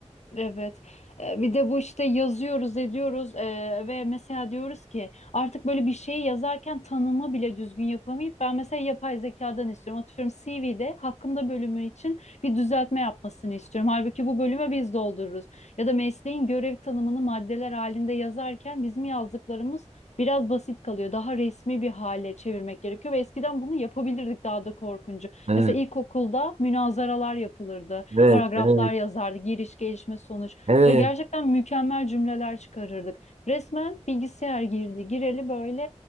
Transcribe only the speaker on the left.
Evet. Ee, Bir de bu işte yazıyoruz, ediyoruz ee, ve mesela diyoruz ki artık böyle bir şeyi yazarken tanımı bile düzgün yapamayıp ben mesela yapay zekadan istiyorum. Atıyorum CV'de hakkımda bölümü için bir düzeltme yapmasını istiyorum. Halbuki bu bölümü biz doldururuz. Ya da mesleğin görev tanımını maddeler halinde yazarken bizim yazdıklarımız biraz basit kalıyor. Daha resmi bir hale çevirmek gerekiyor ve eskiden bunu yapabilirdik daha da korkunç.
Mesela ilkokulda münazaralar yapılırdı,
paragraflar
yazardı, giriş, gelişme, sonuç
ve gerçekten mükemmel cümleler çıkarırdık. Resmen bilgisayar girdi, gireli böyle